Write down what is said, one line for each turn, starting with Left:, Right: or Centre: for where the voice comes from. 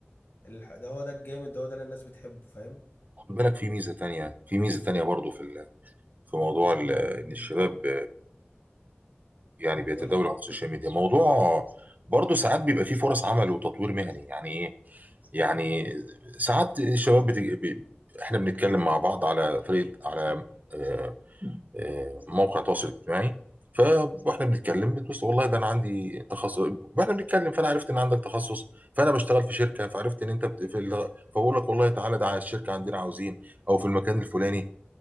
Left: ال- ده هو ده الجامد ده هو ده اللي الناس بتحبه فاهم؟
Right: خد بالك في ميزه تانية في ميزه تانية برضو في ال... في موضوع ال... ان الشباب يعني بيتداولوا
Left: قولي
Right: على السوشيال ميديا موضوع برضه ساعات بيبقى فيه فرص عمل وتطوير مهني يعني ايه يعني ساعات الشباب بتج... بي... احنا بنتكلم مع بعض على طريقه على آه، آه، موقع تواصل اجتماعي ف- واحنا بنتكلم بتبص والله ده انا عندي تخصص واحنا بنتكلم فانا عرفت ان عندك تخصص فانا بشتغل في شركه فعرفت ان انت بت... في ال... فبقول لك والله تعالى ده على الشركه عندنا عاوزين او في المكان الفلاني